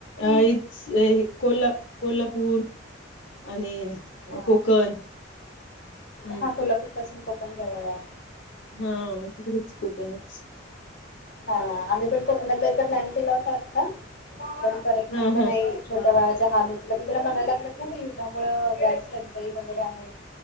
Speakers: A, on the left; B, on the left.
A: आई च ए हे कोला कोल्हापूर आणि
B: हा
A: कोकण हम्म
B: हा कोल्हापूर पासून हे पण जवळया
A: हा म तिकडच कोकणच
B: हां आम्ही पण कोकणात जायचा प्लॅन केला होता, आता पण परत म्हटलं
A: हा हा
B: नाही छोट्या बाळाचा झालं तुला ते जरा म्हणाला लाग ना युद्धामुळ गॅस टंचाई वगैरे आहे.